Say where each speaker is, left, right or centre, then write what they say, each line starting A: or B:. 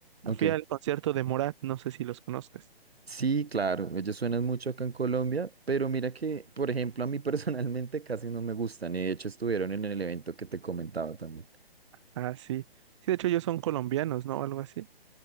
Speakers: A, on the right; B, on the right.
A: Ok.
B: Fui al concierto de Morat, no sé si los conozcas.
A: Sí, claro, ellos suenan mucho acá en Colombia, pero mira que, por ejemplo, a mí <laughs> personalmente casi no me gustan, y de hecho estuvieron en el evento que te comentaba también.
B: Ah, sí. Sí, de hecho ellos son colombianos, ¿no? Algo así.